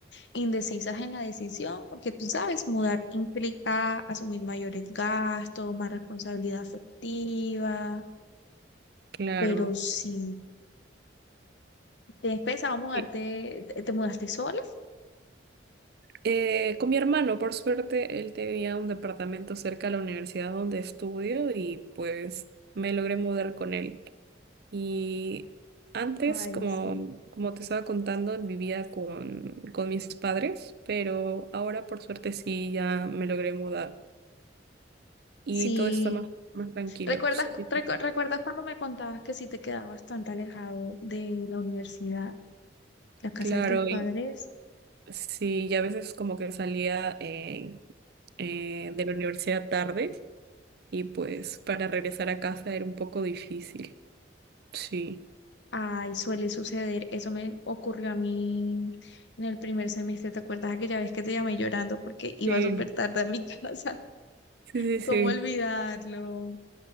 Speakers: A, on the left (about 70°); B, on the right (about 60°).
A: indecisas en la decisión, porque tú sabes, mudar implica asumir mayores gastos, más responsabilidad afectiva.
B: Claro.
A: Pero si te has pensado mudarte,
B: Y,
A: te te mudaste sola?
B: eh, con mi hermano, por suerte, él tenía un departamento cerca de la universidad donde estudio y pues me logré mudar con él. Y antes,
A: Ay,
B: como,
A: sí.
B: como te estaba contando, vivía con, con mis padres, pero ahora por suerte sí ya me logré mudar y
A: Sí,
B: todo está más, más tranquilo.
A: ¿Recuerdas,
B: Sí, sí.
A: recu- recuerdas cuando me contabas que si te quedabas bastante alejado de la universidad, la casa
B: Claro,
A: de tus padres?
B: y sí, y a veces como que salía eh, eh, de la universidad tarde y pues para regresar a casa era un poco difícil. Sí,
A: Ay, suele suceder. Eso me ocurrió a mí en el primer semestre. ¿Te acuerdas aquella vez que te llamé llorando porque iba
B: Sí.
A: súper tarde a mi casa? <laughs>
B: sí, sí,
A: ¿Cómo
B: sí,
A: olvidarlo?